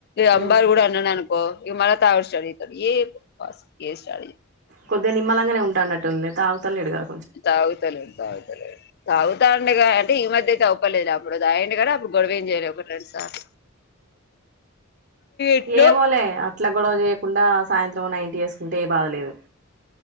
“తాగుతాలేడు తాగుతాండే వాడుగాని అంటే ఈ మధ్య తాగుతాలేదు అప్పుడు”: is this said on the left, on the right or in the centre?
Left